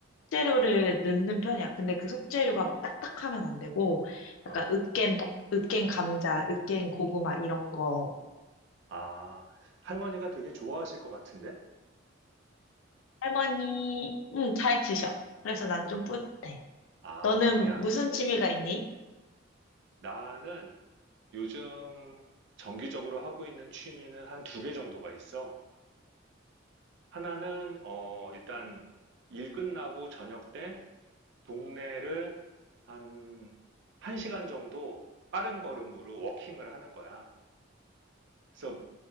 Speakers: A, on the left; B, on the right.
A: 속재료를 넣는 편이야. 근데 그 속재료가 막 딱딱하면 안 되고,
B: 어,
A: 약간 으깬, 버- 으깬 감자, 으깬 고구마 이런 거야.
B: 아, 할머니가 되게 좋아하실 것 같은데?
A: 할머니, 응, 잘 드셔. 그래서 난 좀 뿌듯해.
B: 아,
A: 너는
B: 야,
A: 무슨 취미가 있니?
B: 나는 요즘 정기적으로 하고 있는 취미는 한 두 개 정도가 있어. 하나는 어 일단 일 끝나고 저녁 때 동네를 한 1시간 정도 빠른 걸음으로 워킹을 하는 거야. 그래서